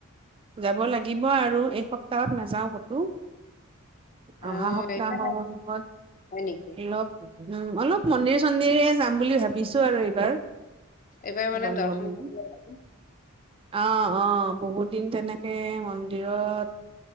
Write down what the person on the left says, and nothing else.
<inaudible>
অ'
এইবাৰ হয় নেকি?
এইবাৰ মানে
দৰ্শন
কৰিব